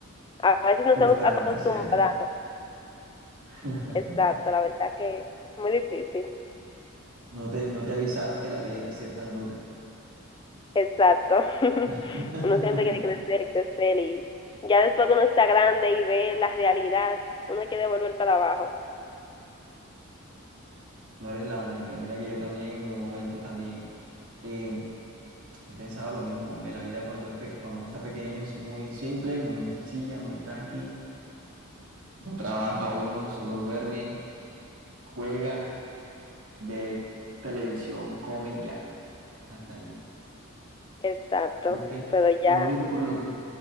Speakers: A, on the left (about 20°); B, on the right (about 75°).
A: a veces no
B: Frustrante,
A: estamos acostumbrados,
B: ¿cierto? <laughs>
A: exacto, la verdad que muy difícil.
B: No te, no te avisaron que la vida iba a ser tan dura.
A: Exacto. <laughs>
B: <laughs>
A: Uno siempre quiere crecer y crecer y ya después que uno está grande y ve la realidad, uno quiere volver para abajo.
B: No eres la única. Mira que yo también en un momento también eh, he pensado lo mismo. Hombre, la vida cuando, es pe- cuando uno está pequeño es muy simple, muy sencilla, muy tranqui. No trabaja uno, solo duerme, juega, ve televisión, come y ya. Hasta ahí.
A: Exacto.
B: Creo que
A: Pero ya,
B: lo único por lo que,